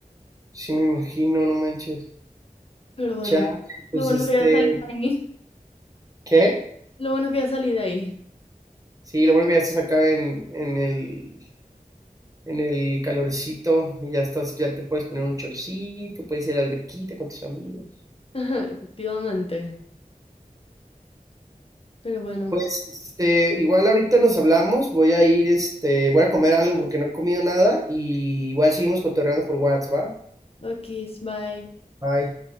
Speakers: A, on the right; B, on the left.
A: Sí, me imagino, no manches.
B: Pero bueno,
A: Chale, pues
B: lo bueno
A: este,
B: que ya salí de ahí.
A: ¿qué?
B: Lo bueno que ya salí de ahí.
A: Sí, lo bueno que ya estás acá en, en el, en el calorcito, y ya estás, ya te puedes poner un chorcito, puedes ir a la alberquita con tus amigos.
B: <laughs> Ajá, efectivamente. Pero bueno.
A: Pues, este, igual ahorita nos hablamos, voy a ir, este, voy a comer algo porque no he comido nada, y igual seguimos cotorreando por WhatsApp, ¿va?
B: Ok, bye.
A: Bye.